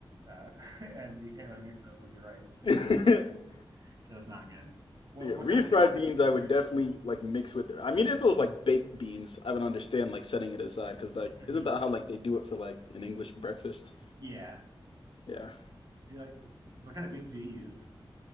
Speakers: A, on the right; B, on the left.
A: Uh, <laughs> and you can't really mix those with your rice, and
B: <laughs>
A: it was it was it was not good. What
B: Yeah,
A: what
B: refried
A: kind of beans do you
B: beans,
A: put in
B: I
A: there?
B: would definitely like mix with. I mean, if it was like baked beans, I would understand like setting it aside because like
A: hmm
B: isn't that how like they do it for like an English breakfast?
A: Yeah.
B: Yeah.
A: I do like baked beans. What kind of beans do you use?